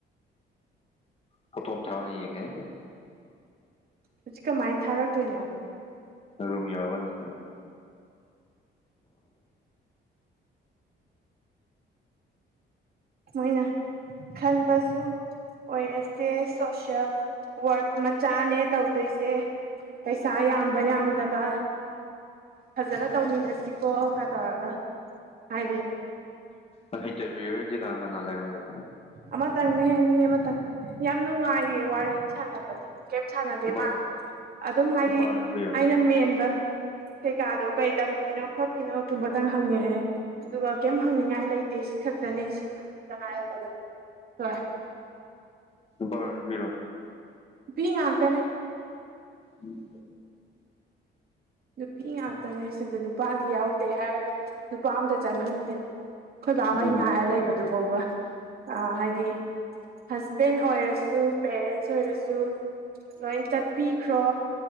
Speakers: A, on the left; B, on the right.
A: ꯄꯨꯠꯇꯝ ꯇꯥꯔꯅꯤ ꯌꯦꯉ
B: ꯍꯧꯖꯤꯛ ꯀꯃꯥꯏꯅ ꯊꯥꯔꯛꯇꯣꯏꯅꯣ
A: ꯔꯨꯝ ꯌꯥꯎꯕꯅꯤ
B: ꯃꯣꯏꯅ ꯈꯟꯕꯁꯨ ꯑꯣꯏꯔꯁꯦ ꯁꯣꯁꯦꯜ ꯋꯥꯔꯛ ꯃꯆꯥꯅꯦ ꯇꯧꯗꯣꯏꯁꯦ ꯄꯩꯁꯥ ꯝꯕ ꯌꯥꯝꯗꯕ ꯐꯖꯅ ꯇꯧꯃꯤꯟꯅꯁꯤꯀꯣ ꯀ ꯇꯧꯔꯒ ꯍꯥꯏꯔꯦ
A: ꯎ ꯏꯟꯇꯔꯚꯌꯨꯗꯤ ꯀꯅꯥ ꯀꯅꯥ ꯂꯩꯔꯝꯒ꯭ꯔꯦ
B: ꯑꯃꯇꯪꯅꯦ ꯍꯦꯅꯤ ꯑꯃꯇꯪ ꯌꯥꯝ ꯅꯨꯡꯉꯥꯏꯌꯦ ꯋꯥꯔꯤ ꯁꯥꯟꯅꯕꯗꯤ ꯀꯔꯤꯝ ꯁꯥꯟꯅꯗꯦ
A: ꯅꯨꯄꯥ
B: ꯃꯥꯅ ꯑꯗꯨꯝ ꯍꯥꯏꯗꯤ
A: ꯅꯨꯄꯥꯔꯣ ꯅꯨꯄꯤꯔꯣ
B: ꯑꯩꯅ ꯃꯦꯟꯕ ꯀꯩꯀꯥꯗꯣ ꯀꯩ ꯂꯝꯒꯤꯅꯣ ꯈꯣꯠꯀꯤꯅꯣꯒꯨꯝꯕꯇꯪ ꯍꯪꯉꯛꯑꯦ ꯑꯗꯨꯒ ꯀꯩꯝ ꯍꯪꯅꯤꯡꯉꯥꯏ ꯂꯩꯇꯦ ꯁꯤ ꯁꯤ ꯈꯛꯇꯅꯦ ꯁꯤꯒꯤꯗꯤꯒ ꯍꯥꯏꯔꯒ ꯑꯗꯨꯝ ꯁꯣꯏ
A: ꯄꯔꯣꯅ ꯄꯤꯔꯣ
B: ꯄꯤ ꯉꯥꯛꯇꯅꯦ
A: ꯎꯝ
B: ꯅꯨꯄꯤ ꯉꯥꯛꯇꯅꯦ ꯁꯤꯗ ꯅꯨꯄꯥꯗꯤ ꯌꯥꯎꯗꯦ ꯍꯥꯏꯔꯒ ꯅꯨꯄꯥ ꯑꯝꯇ ꯆꯪꯍꯟꯗꯦ ꯑꯩꯈꯣꯏꯕꯥꯛ ꯍꯣꯏ
A: ꯎꯝ
B: ꯉꯥꯏꯔ ꯂꯩꯕꯗꯨ ꯐꯥꯎꯕ ꯑ ꯍꯥꯏꯗꯤ ꯍꯁꯕꯦꯟ ꯑꯣꯏꯔꯁꯨ ꯄꯦꯔꯦꯟꯁ ꯑꯣꯏꯔꯁꯨ ꯂꯣꯏ ꯆꯠꯄꯤꯈ꯭ꯔꯣ